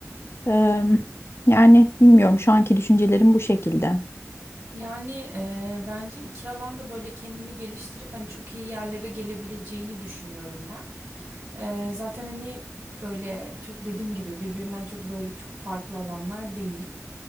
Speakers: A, on the left; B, on the right.
A: E, yani bilmiyorum şu anki düşüncelerim bu şekilde.
B: Yani eee, bence iki alanda böyle kendini geliştirip hani çok iyi yerlere gelebileceğini düşünüyorum ben. Eee, zaten hani böyle çok dediğim gibi birbirinden çok böyle çok farklı alanlar değil.